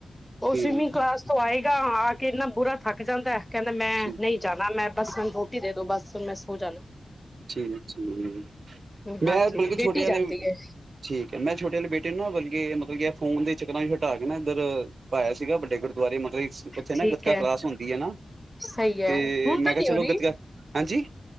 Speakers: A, in the centre; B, on the right (about 65°).
A: ਉਹ
B: ਠੀਕ
A: ਸਵੀਮਿੰਗ ਕਲਾਸ ਤੋ ਆਏਗਾ, ਆ ਕੇ ਇਨਾ ਬੁਰਾ ਥਕ ਜਾਦਾ ਕਹਿਦਾ ਮੈ
B: ਠੀਕ
A: ਨਹੀ ਜਾਣਾ ਮੈਂ ਬਸਨੂੰ ਰੋਟੀ ਦੇ ਦੋ ਬਸ ਮੈ ਸੋ ਜਾਣਾ
B: ਠੀਕ-ਠੀਕ
A: ਹਾਂਜੀ
B: ਮੈ ਬਲਕਿ
A: ਬੇਟੀ
B: ਛੋਟੇਆਂ
A: ਜਾਂਦੀ
B: ਨੇ
A: ਹੈ
B: ਠੀਕ ਹੈ, ਮੈ ਛੋਟੇ ਵਾਲੇ ਬੇਟੇ ਨੂੰ ਨਾ ਬਲਿਕੇ ਮਤਲਬ ਕਿ ਫੋਨ ਦੇ ਚਕਰਾਂ ਵੀ ਹਟਾ ਕੇ ਨਾ ਇਧਰ ਪਾਇਆ ਸੀਗਾ ਵਡੇ ਗੁਰਦੁਆਰੇ ਮਤਲਬ ਉਥੇ
A: ਠੀਕ
B: ਨਾ ਗਤਕਾ
A: ਹੈ
B: ਕਲਾਸ ਹੁਦੀ ਹੈ, ਨਾ
A: ਸਹੀ ਹੈ
B: ਤੇ
A: ਹੁਣ ਤਾਂ
B: ਮੈ ਕਿਹਾ
A: ਨੀ
B: ਚਲੋ
A: ਹੋ ਰਹੀ
B: ਗਤਕਾ ਹਾਂਜੀ